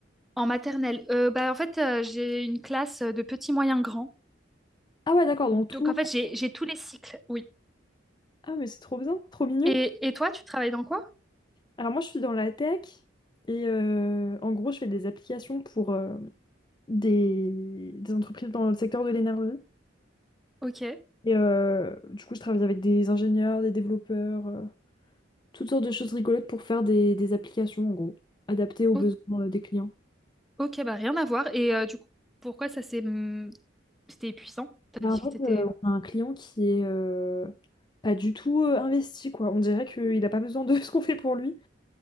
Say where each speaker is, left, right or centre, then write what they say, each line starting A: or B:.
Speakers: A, in the centre; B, on the left.
A: en maternelle. Euh, bah en fait, euh, j'ai une classe de petits, moyens, grands.
B: Ah ouais, d'accord, donc tout.
A: Donc en fait, j'ai, j'ai tous les cycles, oui.
B: Ah, mais c'est trop bien, trop mignon.
A: Et, et toi, tu travailles dans quoi?
B: Alors moi, je suis dans la tech et euh, en gros, je fais des applications pour euh, des, des entreprises dans le secteur de l'énergie.
A: Ok,
B: Et euh, du coup, je travaille avec des ingénieurs, des développeurs, euh, toutes sortes de choses rigolotes pour faire des, des applications, en gros, adaptées aux
A: O-
B: besoins euh, des clients.
A: ok, bah rien à voir. Et euh, du coup, pourquoi ça s'est... hum, C'était épuisant? T'as
B: Bah,
A: dit
B: en fait,
A: que t'étais...
B: euh, on a un client qui est euh, pas du tout euh, investi, quoi. On dirait qu'il a pas besoin de <laughs> ce qu'on fait pour lui.